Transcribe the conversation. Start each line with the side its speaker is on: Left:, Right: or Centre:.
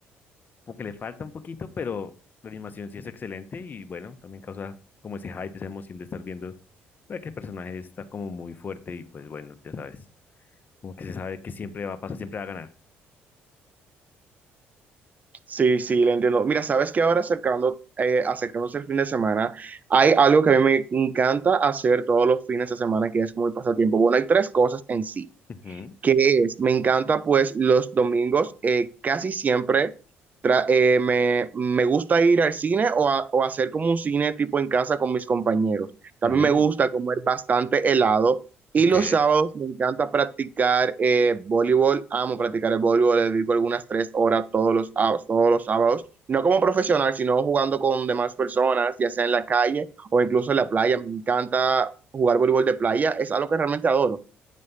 Left: como que le falta un poquito, pero la animación sí es excelente y bueno, también causa como ese hype, esa emoción de estar viendo eh, que el personaje está como muy fuerte y pues bueno, ya sabes, como que se sabe que siempre va a pasar, siempre va a ganar.
Right: Sí, sí, lo entiendo. Mira, sabes que ahora acercando, eh, acercándose el fin de semana, hay algo que a mí me encanta hacer todos los fines de semana que es como el pasatiempo. Bueno, hay tres cosas en sí.
Left: Ujú,
Right: que es, me encanta pues los domingos, eh, casi siempre tra- eh, me, me gusta ir al cine o, a- o hacer como un cine tipo en casa con mis compañeros. También
Left: ujú,
Right: me gusta comer bastante helado y
Left: ok,
Right: los sábados me encanta practicar eh, voleibol, amo practicar el voleibol, le dedico algunas tres horas todos los, sábados todos los sábados. No como profesional, sino jugando con demás personas, ya sea en la calle o incluso en la playa. Me encanta jugar voleibol de playa, es algo que realmente adoro.